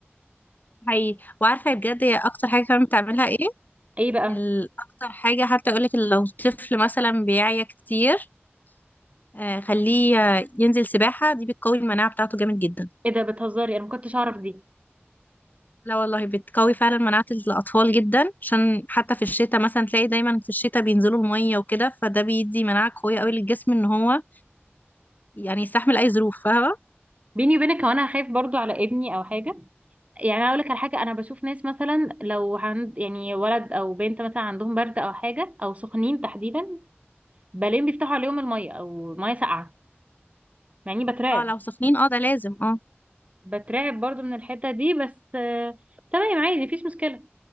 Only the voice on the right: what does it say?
ايه بقى
ايه ده بتهزري انا ما كنتش اعرف دي
بيني وبينك هو انا خايف برضو على ابني او حاجه يعني اقول لك على حاجه انا بشوف ناس مثلا لو عند يعني ولد او بنت مثلا عندهم برد او حاجه او سخنين تحديدا بلين بيفتحوا عليهم الميه او ميه ساقعه يعني بترعب
بترعب برضو من الحتة دي بس آه، تمام عادي مفيش مشكلة